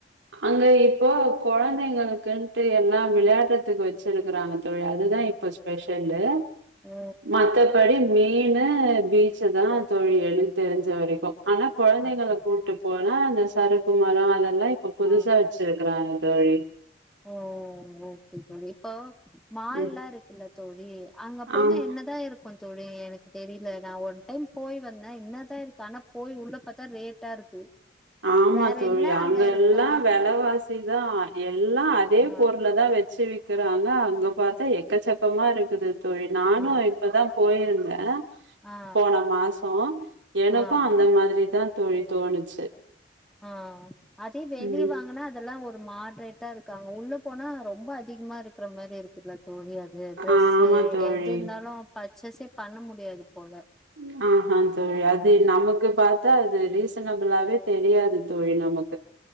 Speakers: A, on the right; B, in the centre.
A: அங்க இப்போ கொழந்தைங்களுக்குட்டு எல்லாம் விளையா ளத்துக்கு வச்சிருக்கறாங்க தோழி அதுதான் இப்ப ஸ்பெஷல்லு
B: ஓ
A: மத்தபடி நீ மீனு பீச்சு தான் தோழி எனக் தெரிஞ்ச வரைக்கும் ஆனா கொழந்தைகள
B: அப்ப
A: கூட்டு போ னா அந்த சருக்குமரம் அதெல்லா இப்ப புதுசா
B: ஆ
A: வச்சிருக்கறாங்க தோழி
B: ஓ ஓகே தோழி இப்ப மால்லா
A: ம்
B: இருக்குல்ல தோழி அங்க போனு
A: ஆம்
B: என்னதான் இருக்கும் தோழி எனக்கு தெரியல நா ஒன் டைம் போய் வந்தேன் என்னதான் இருக்கு ஆனா போய் உள்ள பாத்தா ரேட்டா இருக்கு
A: ஆமா
B: வேற
A: தோழி
B: என்ன
A: அங்க
B: இருக்கு
A: எல்லாம் விலவா சிதான் அதி எல்லா அதே
B: ஆ
A: பொருல தான் வச்சு வி க்கிறாங்க அங்க பாத்தா எக்கச்சக்கமா இருக்குது தோழி நானும்
B: ஆ
A: இப்பதான் போயிருந்தேன் ஆ
B: ஆ
A: போன மாசம் எனக்கும்
B: ஆ
A: அந்த மாரிதான் தோழி தோணிச்சு
B: ஆஹ் அதே வெளிய
A: ம்
B: வாங்குனா அதெல்லாம் ஒரு மா ரேட்டா இருக்காங்க உள்ள போனா ரொம்ப அதிகமா இருக்கிற மாரி இருக்குது தோழி அது ட்ரெஸூ
A: ஆமா தோழி
B: எது இருந்தாலும் பா சச பண்ண முடியாது போல
A: ம் ஆஹ்ஹ தோழி
B: ம்
A: அது
B: ம்
A: நமக்கு பாத்தா அது ரீ சனபுலாகவே தெரியாது தோழி நமக்கு